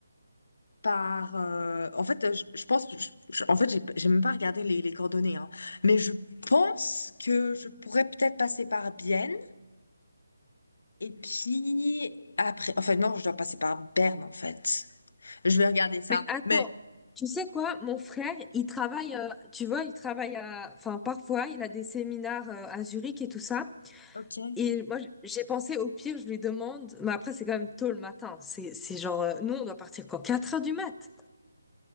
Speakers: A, on the left; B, in the centre.
A: par. euh, en fait, euh, je, je pense, je- je- en fait, j'ai j'ai même pas regardé les, les coordonnées, hein. mais je pense que je pourrais peut-être passer par Bienne et puis après. Enfin, non, je dois passer par Berne, en fait. Je vais regarder ça.
B: Mais attends,
A: Mais
B: tu sais quoi? Mon frère, il travaille... euh, tu vois, il travaille à... Enfin, parfois, il a des séminaires euh, à Zurich et tout ça.
A: ok.
B: Et moi, j'ai pensé au pire, je lui demande, mais après, c'est quand même tôt le matin. C'est, c'est genre, euh, nous, on doit partir quand quatre heures du mat.